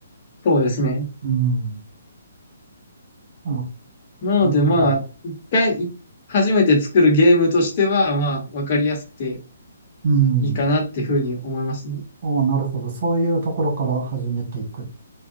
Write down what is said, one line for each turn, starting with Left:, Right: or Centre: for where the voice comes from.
Left: そうですね。
Right: うん。あ、
Left: なのでまあ、
Right: なるほど。
Left: 一回、い初めて作るゲームとしては、まあ、わかりやすくて
Right: うん。
Left: いいかなっていうふうに思いますね。
Right: ああ、なるほど。そういうところから始めていく。